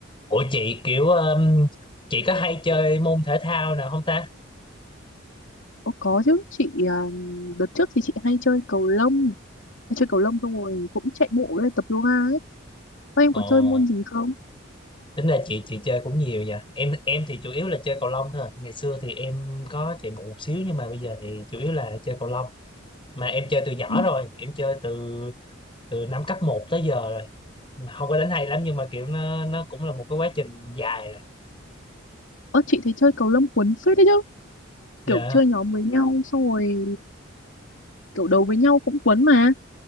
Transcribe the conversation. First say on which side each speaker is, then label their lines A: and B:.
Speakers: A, on the left; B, on the left.
A: Ủa chị kiểu um, chị có hay chơi môn thể thao nào không ta?
B: Ồ, có chứ chị um, đợt trước thì chị hay chơi cầu lông hay chơi cầu lông xong rồi cũng chạy bộ với lại tập yoga ấy Ô, em
A: Ồ,
B: có chơi môn gì không
A: tính là chị chị chơi cũng nhiều vậy. Em em thì chủ yếu là chơi cầu lông thôi. à. Ngày xưa thì em có chạy bộ một xíu nhưng mà bây giờ thì chủ yếu là chơi cầu lông. Mà em chơi từ nhỏ
B: ừ.
A: rồi, em chơi từ từ năm cấp một tới giờ rồi. Mà Không có đánh hay lắm nhưng mà kiểu nó nó cũng là một cái quá trình dài rồi.
B: Ơ, chị thấy chơi cầu lông cuốn phết đấy chứ
A: Dạ.
B: kiểu chơi nhóm với nhau xong rồi kiểu đấu với nhau cũng cuốn mà